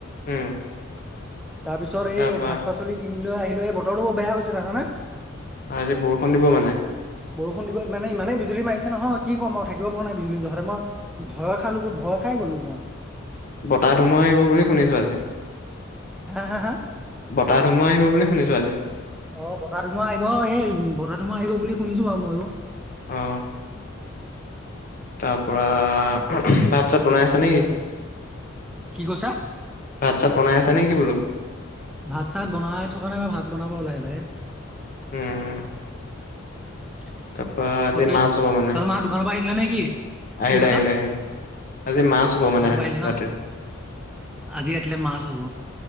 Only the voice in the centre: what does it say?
তাৰপিছত
এই শাক - পাচলি কিনি লৈ আহিলে এই বতৰটো বেয়া হৈছে জানানে?
বৰষুণ দিব মানে ইমানেই বিজুলী মাৰিছে নহয় কি কম আৰু থাকিব পৰা নাই বিজুলী যহতে মই ভয় খালো মই ভয় খাই গলো মই।
হা হা হা!
অ বতাহ ধুমুহা আহিব, এই বতাহ ধুমুহা আহিব বুলি শুনিছোঁ আৰু মইয়ো।
উম কি কৈছা
ভাত চাত বনাই থকা নাই মই ভাত বনাব লাহে লাহে।
<unintelligible>
তোৰ মা
দোকানৰ পৰা আহিলে নেকি?
কি কৈছ?
দোকানৰ
পৰা আহিলে ন?
আজি ৰাতিলে মাছ হব।